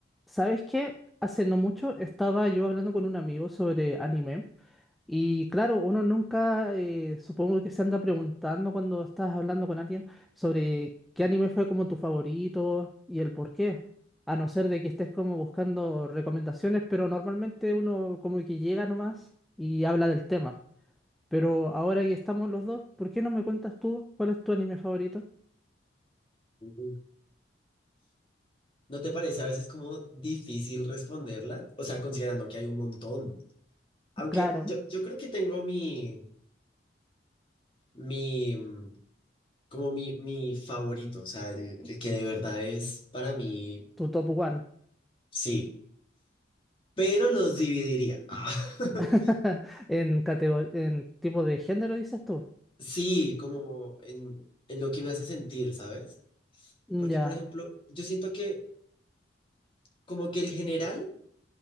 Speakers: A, in the centre; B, on the left.
A: ¿Sabes qué? Hace no mucho estaba yo hablando con un amigo sobre anime y claro, uno nunca eh, supongo que se anda preguntando cuando estás hablando con alguien sobre qué anime fue como tu favorito y el por qué, a no ser de que estés como buscando recomendaciones, pero normalmente uno como que llega nomás y habla del tema. Pero ahora que estamos los dos, ¿por qué no me cuentas tú cuál es tu anime favorito?
B: Mm. ¿No te parece a veces como difícil responderla? O sea, considerando que hay un montón. Aunque
A: Claro,
B: yo, yo creo que tengo mi, mi, mm, como mi, mi favorito, o sea, el, el que de verdad es para mí,
A: tu top one
B: sí, pero los dividiría. Ah, <laughs>
A: <laughs> en categor- en tipo de género dices tú.
B: Sí, como en, en lo que me hace sentir, ¿sabes?
A: Mm,
B: Porque,
A: Ya,
B: por ejemplo, yo siento que como que el general,